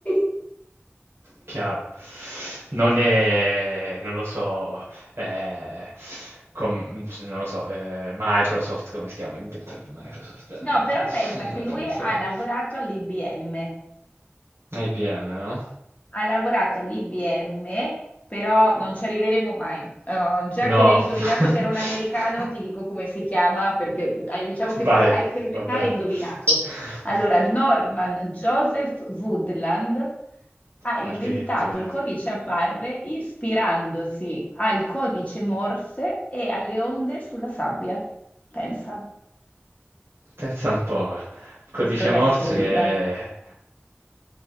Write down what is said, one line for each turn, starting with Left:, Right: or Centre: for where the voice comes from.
Left: <laughs>
Right: Chiaro. Non è non lo so, ehm, com c non lo so, ehm, Microsoft, come si chiama l'inventore di Microsoft? Ehm,
Left: No, però pensa
Right: <laughs> mannaggia,
Left: che lui
Right: non mi sta
Left: ha
Right: ven
Left: lavorato all'IBM.
Right: IBM, no?
Left: Ha lavorato all'IBM, però non ci arriveremo mai. Eh, già
Right: No.
Left: che hai indovinato
Right: <laughs>
Left: che era un americano, ti dico come si chiama, perché eh, diciamo che per,
Right: Vai,
Left: hai- per metà
Right: va bene.
Left: hai indovinato.
Right: <laughs>
Left: Allora, Norman Joseph Woodland ha inventato
Right: Addirittura.
Left: il codice a barre ispirandosi al codice Morse e alle onde sulla sabbia. Pensa,
Right: Pensa un po', il codice
Left: che storia
Right: Morse
Left: assurda.
Right: che